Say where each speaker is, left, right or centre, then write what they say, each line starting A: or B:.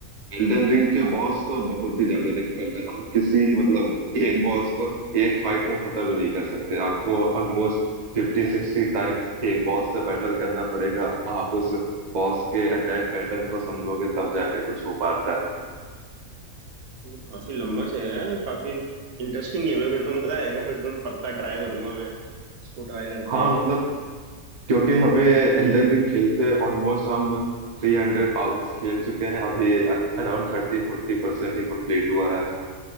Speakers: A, on the right; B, on the right.
A: एल्डन रिंग के बॉस तो बहुत ही ज्यादा डिफिकल्ट है आप किसी मतलब एक बॉस को एक फाइट में खत्म ही नहीं कर सकते आपको ऑलमोस्ट फिफ्टी सिक्सटी टाइम्स एक बॉस से बैटल करना पड़ेगा आप उस बॉस के अटैक पैटर्न को समझोगे तब जाके कुछ हो पाता
B: तो काफी लंबा से है काफी इंटरेस्टिंग गेम है फिर तो मजा आएगा फिर तो मैं पक्का ट्राई करूंगा मैं इसको ट्राई करता
A: हाँ
B: हूँ
A: मतलब क्योंकि हमें एल्डन रिंग खेलते ऑलमोस्ट हम थ्री हंड्रेड आवर्स खेल चुके हैं अभी अराउंड थर्टी फोर्टी परसेंट ही कंप्लीट हुआ है